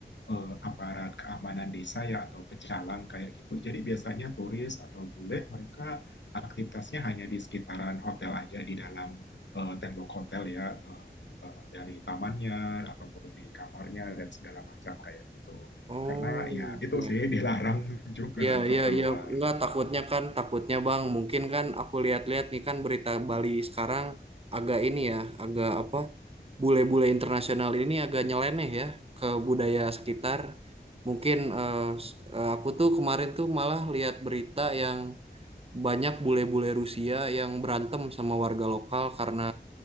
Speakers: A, on the left; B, on the right.
A: eh, aparat keamanan desa ya atau pecalang kayak gitu. Jadi biasanya turis atau bule mereka aktivitasnya hanya di sekitaran hotel aja di dalam eh, tembok hotel ya eh, eh, dari tamannya ataupun di kamarnya dan segala macam kayak gitu.
B: Oh,
A: Karena ya itu
B: oke.
A: sih dilarang <laughs> juga
B: Iya,
A: lah untuk
B: iya,
A: keluar.
B: iya. Enggak, takutnya kan, takutnya Bang. Mungkin kan aku lihat-lihat nih kan berita Bali sekarang agak ini ya, agak apa, bule-bule internasional ini agak nyeleneh ya ke budaya sekitar. Mungkin eh, s- eh, aku tuh kemarin tuh malah lihat berita yang banyak bule-bule Rusia yang berantem sama warga lokal karena